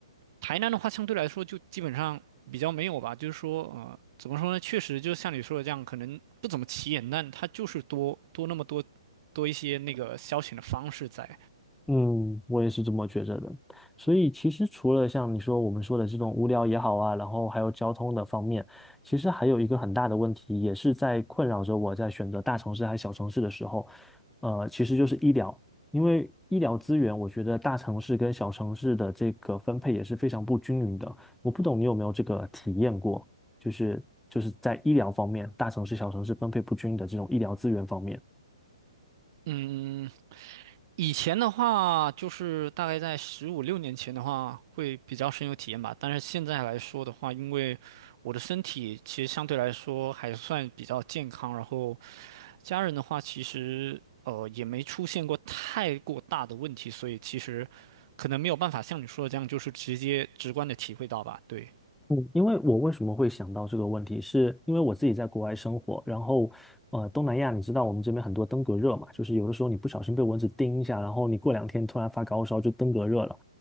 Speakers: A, on the right; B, in the centre.
A: 台南的话，相对来说就基本上比较没有吧，就是说，呃，怎么说呢？确实，就像你说的这样，可能不怎么起眼，但它就是多多那么多多一些那个消遣的方式在。
B: 嗯，我也是这么觉着的。所以其实除了像你说我们说的这种无聊也好啊，然后还有交通的方面，其实还有一个很大的问题，也是在困扰着我在选择大城市还是小城市的时候，呃，其实就是医疗，因为医疗资源，我觉得大城市跟小城市的这个分配也是非常不均匀的。我不懂你有没有这个体验过，就是就是在医疗方面，大城市、小城市分配不均的这种医疗资源方面。
A: 嗯，以前的话，就是大概在十五六年前的话，会比较深有体验吧。但是现在来说的话，因为我的身体其实相对来说还算比较健康，然后家人的话，其实呃也没出现过太过大的问题，所以其实可能没有办法像你说的这样，就是直接直观的体会到吧。对，
B: 嗯，因为我为什么会想到这个问题，是因为我自己在国外生活，然后呃，东南亚你知道我们这边很多登革热嘛，就是有的时候你不小心被蚊子叮一下，然后你过两天突然发高烧就登革热了。